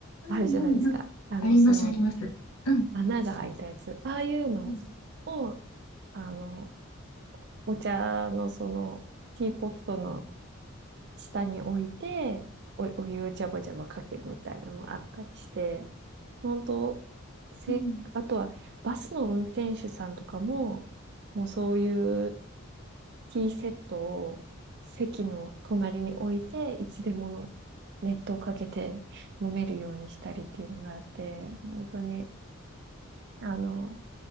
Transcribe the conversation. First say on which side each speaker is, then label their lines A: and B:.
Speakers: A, on the right (about 50°); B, on the left (about 85°).
A: あるじゃないですか。
B: うんうんうん。
A: あの、
B: あります、
A: その、
B: あります。うん、
A: 穴が開いたやつ。ああいうの
B: うん、
A: を、あの、お茶のその、ティーポットの下に置いて、お、お湯をジャバジャバかけるみたいなのもあったりして、本当せ、
B: うん、
A: あとは、バスの運転手さんとかも、もうそういうティーセットを席の隣に置いて、いつでもの熱湯をかけて飲めるようにしたりっていうのがあって、本当に、あの、